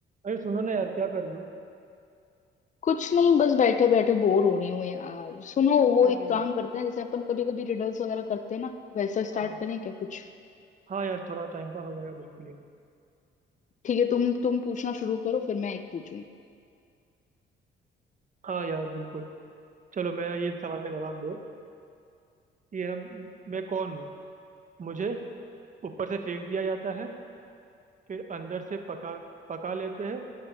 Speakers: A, on the right; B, on the left.
A: अरे सुनो ना यार क्या कर रहे हो
B: कुछ नहीं बस बैठे बैठे बोर हो रही हूँ यार सुनो वो
A: अरे
B: एक काम करते हैं जैसे अपन कभी कभी रिडल्स वगैरह करते हैं ना वैसा
A: हाँ
B: स्टार्ट
A: हाँ
B: करें क्या कुछ
A: हाँ यार थोड़ा टाइम पास हो जाएगा बिल्कुल यार
B: ठीक है तुम तुम पूछना शुरू करो फिर मैं एक पूछूंगी
A: हाँ यार बिल्कुल चलो मेरा ये सवाल का जवाब दो कि ये ना मैं कौन हूँ मुझे ऊपर से फेंक दिया जाता है फिर अंदर से पका पका लेते हैं